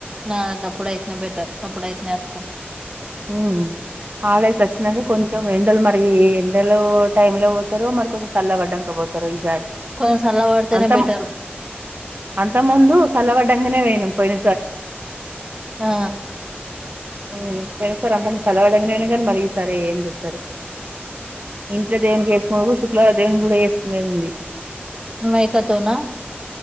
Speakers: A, on the right (about 20°); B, on the right (about 45°).
A: నా అప్పుడు అయితేనే బెటర్ అప్పుడు అయితేనే అత్తాం
B: మ్మ్ హాలిడేస్ వచ్చినాక కొంచెం ఎండలు మరి ఎండలు టైమ్ లో పోతారు మరి కొంచ చల్ల పడ్డాక పోతారు ఈసారి
A: కొంచె సల్ల పడితేనే
B: అంత
A: బెటరు
B: అంత ముందు సలవడకనే పోయినా పోయిన
A: ఆ
B: హ్మ్ సేస్తార్ అంత <unintelligible> గానే మరి ఈసారి ఏం చెప్తరో ఇంట్లో దేవుని <unintelligible> శు ల దేవుని గూడ వేసుకునేది ఉంది
A: మేకతోనా